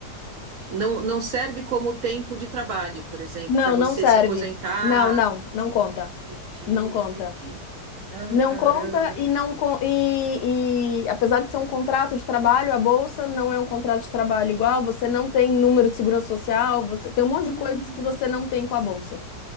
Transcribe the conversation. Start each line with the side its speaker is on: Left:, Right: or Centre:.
Right: Não, não serve como tempo de trabalho, por exemplo,
Left: Não,
Right: para você
Left: não serve.
Right: se aposentar.
Left: Não, não, não conta.
Right: Entendi,
Left: Não conta.
Right: entendi. Ah,
Left: Não
Right: caramba.
Left: conta e não con- e, e apesar de ser um contrato de trabalho, a bolsa não é um contrato de trabalho igual, você não tem número de segurança social, você tem um monte
Right: Hum.
Left: de coisas que você não tem com a bolsa.